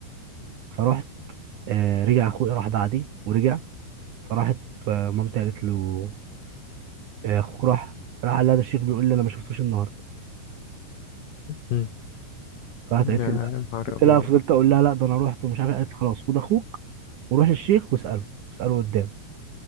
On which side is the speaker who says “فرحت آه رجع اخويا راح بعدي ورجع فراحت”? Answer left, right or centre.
Right